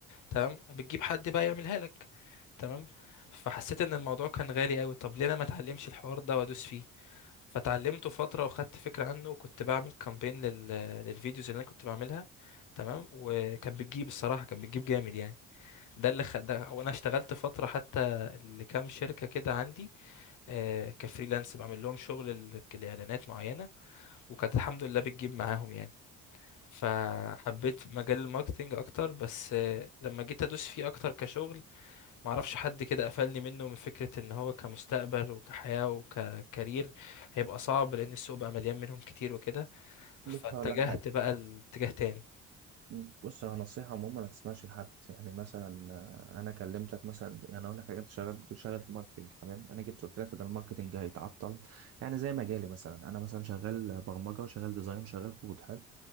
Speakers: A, on the left; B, on the right.
A: تمام بتجيب حد بقى يعملها لك تمام فحسيت ان الموضوع كان غالي قوي طب ليه انا ما اتعلمش الحوار ده وادوس فيه فتعلمته فتره وخدت فكره عنه وكنت بعمل كامبين لل... للفيديوز اللي انا كنت بعملها تمام وكانت بتجيب الصراحه كانت بتجيب جامد يعني ده اللي خ... ده وانا اشتغلت فتره حتى لكام شركه كده عندي آه كفريلانس بعمل لهم شغل ال- الاعلانات معينه وكانت الحمد لله بتجيب معاهم يعني فحبيت مجال الماركتينج اكتر بس آه لما جيت ادوس فيه اكتر كشغل معرفش حد كده قفلني منه من فكره ان هو كمستقبل وكحياه وككارير هيبقى صعب لان السوق بقى مليان منهم كتير وكده فاتجهت
B: بص هقول لك حاجة
A: بقى لاتجاه تاني
B: مم. بص هو نصيحة عموما ما تسمعش لحد يعني مثلا آه، أنا كلمتك مثلا يعني أقول لك حاجة أنت شغال بتقول شغال في ماركتينج تمام أنا جيت قلت لك ده الماركتينج هيتعطل يعني زي مجالي مثلا أنا مثلا شغال برمجة شغال ديزاين شغال كود حلو